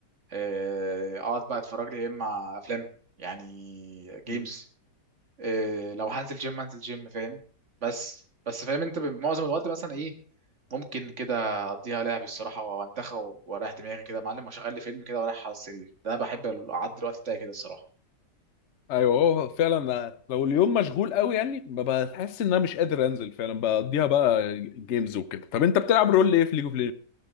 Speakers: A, on the right; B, on the left.
A: آه، اقعد بقى اتفرج لي يا اما افلام يعني جيمز
B: مم.
A: آه، لو هنزل جيم هنزل جيم فاهم بس بس فاهم انت معظم الوقت مثلا ايه ممكن كده اقضيها لعب الصراحه وانتخى واريح دماغي كده يا معلم واشغل لي فيلم كده واريح على السرير ده انا بحب اعدي الوقت بتاعي كده الصراحه
B: ايوه هو فعلا لو اليوم مشغول قوي يعني بحس ان انا مش قادر انزل فعلا بقضيها بقى جيمز وكده طب انت بتلعب رول ايه في ليج اوف